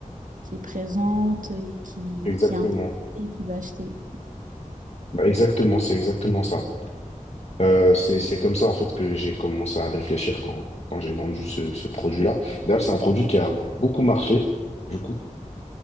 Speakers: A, on the right; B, on the left.
A: qui est présente et qui,
B: Exactement.
A: qui est intéressée et qui va acheter.
B: Bah, exactement, c'est exactement ça. Euh, c'est, c'est comme ça en fait que j'ai commencé à réfléchir quand, quand j'ai vendu ce, ce produit-là. D'ailleurs, c'est un produit qui a beaucoup marché, du coup.